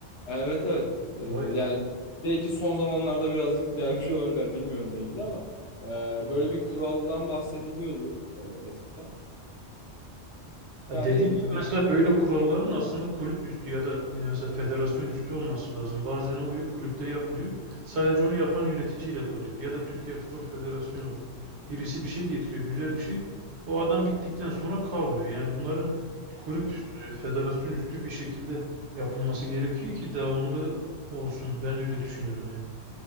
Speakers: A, on the left (about 65°); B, on the right (about 65°).
A: evet evet. Ee,
B: Vay
A: yani
B: be.
A: belki son zamanlarda birazcık delmiş olabilirler bilmiyorum belki de ama e, böyle bir kuraldan bahsediliyordu e, eskiden.
B: Ya
A: Yani
B: dediğin gibi mesela böyle kuralların aslında kulüp üstü ya da mesela federasyon üstü olması lazım. Bazen oluyor kulüpte yapılıyor. Sadece onu yapan yöneticiyle kalıyor. Ya da Türkiye Futbol Federasyonu olur. Birisi bir şey getiriyor, güzel bir şey. O adam gittikten sonra kalmıyor. Yani bunların kulüp
A: işte
B: üstü, federasyon üstü bir şekilde yapılması gerekiyor ki devamlı olsun. Ben öyle düşünüyorum yani.